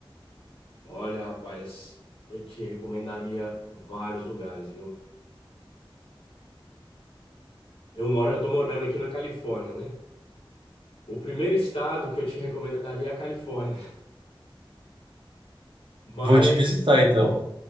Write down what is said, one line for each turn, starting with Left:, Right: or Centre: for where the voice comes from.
Left: Olha, rapaz, eu te recomendaria vários lugares, viu? Eu moro, eu tô morando aqui na Califórnia, né? O primeiro estado que eu te recomendaria é a Califórnia, <laughs> mas
Right: Vou te visitar então.